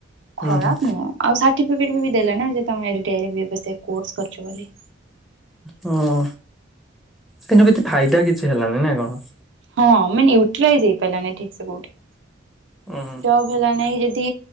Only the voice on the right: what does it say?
ଖରାପ
ନୁହଁ ଆଉ ସାଟିଫିକେଟ ବି ଦେଲେ ନା ଯେ ତମେ ମେରିଟି ଆଇ ରେ କୋର୍ସ୍ କରିଛ ବୋଲି।
ହଁ ମାନେ ୟୁଟିଲାଇଜ୍ ହେଇ ପାଇଲାନି ଠିକ ସେ କୋଉଠି।
ଯବ୍ ହେଲା ନାଇଁ ଯଦି